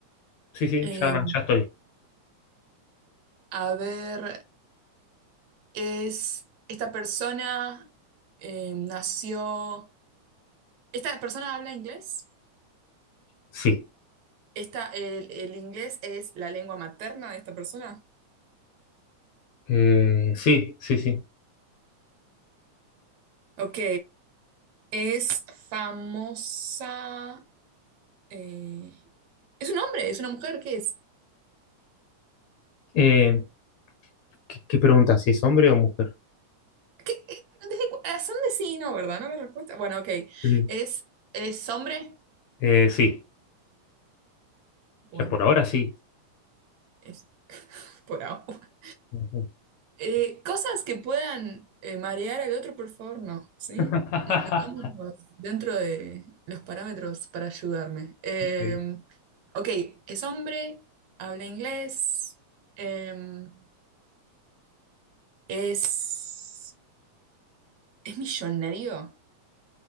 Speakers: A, on the left (about 70°); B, on the right (about 70°).
A: Sí, sí,
B: Eh,
A: ya, ya estoy.
B: A ver, es esta persona eh, nació. ¿Esta persona habla inglés?
A: Sí.
B: Esta, el, el inglés es la lengua materna de esta persona?
A: Eh, sí, sí, sí.
B: Ok. Es famosa. eh, ¿Es un hombre? ¿Es una mujer? ¿Qué es?
A: Eh, ¿qué, qué pregunta? ¿Si es hombre o mujer?
B: ¿Qué- qué- desde cu- ah, son de sí y no, ¿verdad? ¿No la respuesta? Bueno, ok.
A: Ujú.
B: ¿Es, es hombre?
A: Eh, sí,
B: Bueno,
A: ya por ahora sí.
B: es <laughs> por ahora.
A: Ujú.
B: Eh, cosas que puedan eh, marear al otro, por favor, no, ¿sí?
A: <laughs>
B: Mantengámonos dentro de los parámetros para ayudarme. Eh,
A: Sí,
B: ok, es hombre, habla inglés, eh, es, es millonario,